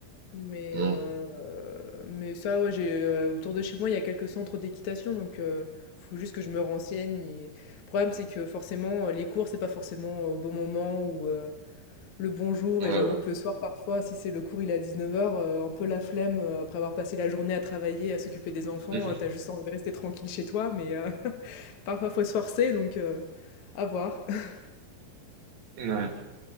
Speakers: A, on the left; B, on the right.
A: Mais,
B: Mm.
A: euh, mais ça, ouais, j'ai, euh, autour de chez moi, il y a quelques centres d'équitation. Donc, il faut juste que je me renseigne. et- Le problème, c'est que forcément, euh, les cours, c'est pas forcément au bon moment ou euh, le bon jour.
B: Ouais,
A: Et j'avoue
B: ouais.
A: que le soir, parfois, si c'est le cours, il est à 19h, un peu la flemme, euh, après avoir passé la journée à travailler, à s'occuper des enfants,
B: <laughs>
A: euh, t'as juste envie de rester tranquille chez toi. Mais. euh, Parfois, faut se forcer, donc euh, à voir. <laughs>
B: Ouais.